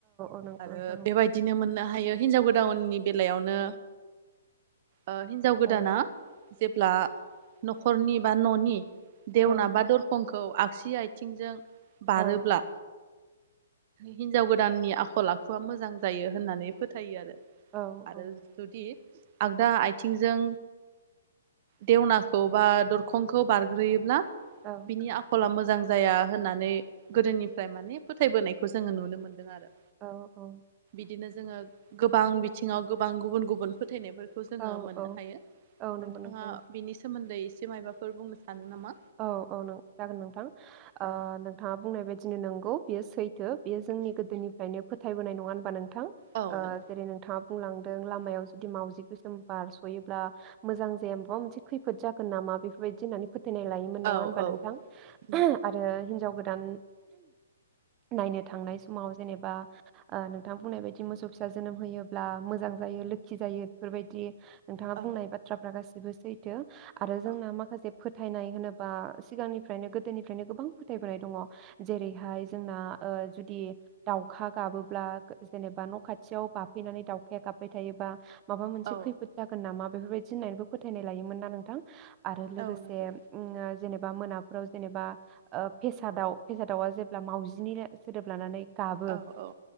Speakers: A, on the right (about 25°); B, on the right (about 45°).
A: औ नंगौ
B: आरो
A: नोंथां
B: बेबायदिनो मोननो हायो हिनजाव गोदाननि बेलायावनो ओ हिनजाव गोदाना
A: औ
B: जेब्ला न'खरनि बा न'नि देउना
A: औ
B: बा दरखं खौ आगसि आथिंजों बारोब्ला
A: औ
B: हिनजाव गोदाननि आखल आखुआ मोजां जायो होननानै फोथायो आरो।
A: औ
B: आरो
A: औ
B: जुदि आगदा आथिंजों देवनाखौ बा दरखंखौ बारग्रोयोब्ला
A: औ
B: बिनि आखला मोजां मोजां जाया होननानै गोदोनिफ्राय मानि फोथायबोनायखौ जोङो नुनो मोनदों आरो।
A: औ औ।
B: बिदिनो जोङो गोबां बिथिङाव गोबां गुबुन गुबुन फोथायनायफोर खौ जोङो
A: औ
B: मोननो
A: औ
B: हायो
A: औ नंगौ
B: नोंथाङा
A: नोंथां
B: बिनि सोमोन्दै एसे मायबाफोर बुंनो सानो नामा
A: औ औ नों जागोन नोंथां।
B: औ
A: ओनोंथाङा बुंनाय बायदिनो नंगौ। बेयो सैथो बेयो जोंनि गोदोनिफ्रायनो फोथायबाय नङा होनबा नों थां।
B: औ
A: ओ
B: नों
A: जेरै नोंथाङा बुंलांदों लामायाव जुदि मावजि गोसोम बारस'योब्ला मोजां जाया माबा मोनसे खैफोद जागोन नामा बेफोरबायदि होननानै फो थानाय लायोमोन नङा
B: औ
A: होनबा
B: औ
A: नोंथां।
B: नंगौ
A: आरो हिनजाव गो दान नायनो थांनाय समाव जेनेबा नोंथां बुंनाय बायदि मोसौ फिसा जोनोम होयोब्ला मोजां जायो लोखि जायो बेफोरबायदि नोंथाङा
B: औ
A: बुंनाय बाथ्राफ्रा गासि बो सैथो। आरो
B: औ
A: जोंना माखासे फोथायनाय होनोबा सिगांनिफ्रायनो गोदोनिफ्रायनो गोबां फोथायबोनाय दङ जेरैहाय जोंना ओ जुदि दाउखा गाबोब्ला जेनेबा न' खाथियाव बाफैनानै दाउखाया गाबबाय थायोबा माबा मोनसे
B: औ
A: खैफोद जागोन नामा बेफोरबायादि होननानैबो फोथायनाय लायोमोन ना नोंथां आरो लोगोस
B: औ नंगौ
A: से उम ओ जेनेबा मोनाफोराव जेनेबा ओ फेसा दाव फेसादावा जेब्ला मावजिनिनो सोदोब लानानै गाबो
B: औ औ